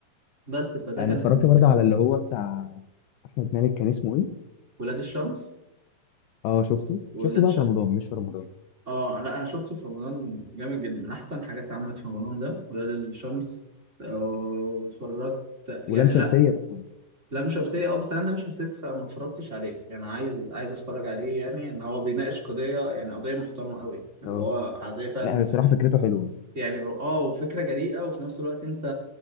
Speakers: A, on the right (about 25°); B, on the left (about 80°).
A: بس فده
B: انا
A: كان
B: اتفرجت برضه
A: كان
B: على اللي هو بتاع احمد مالك كان اسمه ايه؟
A: ولاد الشمس
B: اه شفته
A: ولاد
B: شفته بعد رمضان مش في رمضان
A: اه لا انا شفته في رمضان جامد جدا من احسن حاجات اللي عملت في رمضان ده ولاد الشمس آه، واتفرجت يعني
B: ولام شمسية
A: لا
B: طبعا
A: لام شمسية اه بس انا لام شمسية استخ- ما اتفرجتش عليه يعني عايز عايز اتفرج عليه يعني ان هو بيناقش قضية يعني قضية محترمة قوي اللي
B: اه
A: هو قضية فعلا
B: لا الصراحة فكرته حلوة
A: يعني اه وفكرة جريئة وفي نفس الوقت انت